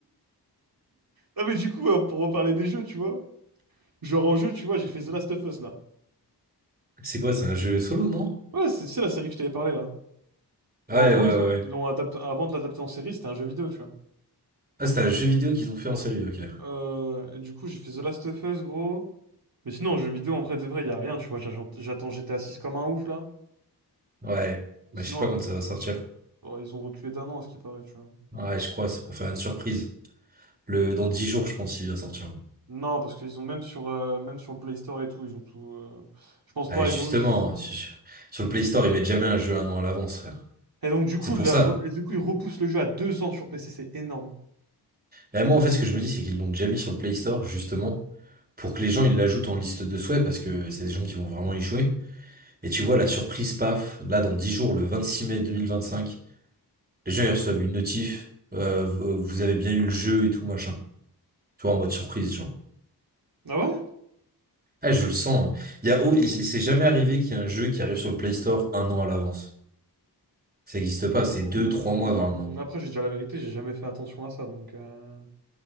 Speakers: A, on the right (about 60°); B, on the right (about 20°).
A: Ah, mais du coup, euh, pour reparler des jeux, tu vois, genre en jeu, tu vois, j'ai fait The Last of Us, là.
B: C'est quoi, c'est un jeu solo, non?
A: Ouais, c'est c'est la série que je t'avais parlé, là.
B: Ouais,
A: Bah, en gros,
B: ouais, ouais.
A: ils ont, ils
B: ouais.
A: l'ont adapté, avant de l'adapter en série, c'était un jeu vidéo, tu vois.
B: Ah, c'est un jeu vidéo qu'ils ont fait en série, ok.
A: Euh, ouais. Et du coup, j'ai fait The Last of Us, gros. Mais sinon, en jeu vidéo, en vrai de vrai, y a rien, tu vois. J'attends j'attends GTA 6 comme un ouf, là.
B: Ouais.
A: Et
B: Bah,
A: sinon,
B: je sais pas quand ça va sortir.
A: euh, ils ont reculé d'un an, à ce qui paraît, tu vois.
B: Ouais, je crois, c'est pour faire une surprise. Le... Dans 10 jours, je pense, il va sortir.
A: Non, parce qu'ils ont même sur, euh, même sur le Play Store et tout, ils ont tout. euh, Je pense
B: Ah,
A: pas,
B: justement,
A: ils ont. ils-
B: sur sur le Play Store, ils mettent jamais un jeu un an à l'avance, frère.
A: Et donc, du coup,
B: C'est pour
A: la
B: ça.
A: re- et du coup, ils repoussent le jeu à deux ans sur PC, c'est énorme.
B: Bah, moi, en fait, ce que je me dis, c'est qu'ils l'ont déjà mis sur le Play Store, justement, pour que les gens, ils l'ajoutent en liste de souhaits, parce que c'est des gens qui vont vraiment y jouer. Et tu vois, la surprise, paf, là, dans 10 jours, le 26 mai 2025, les gens, ils reçoivent une notif, euh, vous vous avez bien eu le jeu et tout, machin. Tu vois, en mode surprise, genre.
A: Ah ouais?
B: Ah, je le sens. hein. Il y a, oh, il- c'est jamais arrivé qu'il y ait un jeu qui arrive sur le Play Store un an à l'avance. Ça n'existe pas,
A: Mmh,
B: c'est deux, trois mois normalement.
A: Après, j'ai dit la vérité, j'ai jamais fait attention à ça, donc. euh,